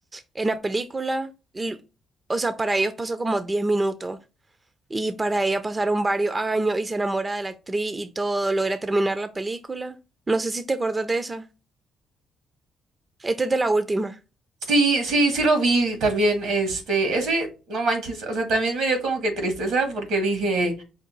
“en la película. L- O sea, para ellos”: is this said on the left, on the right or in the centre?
Right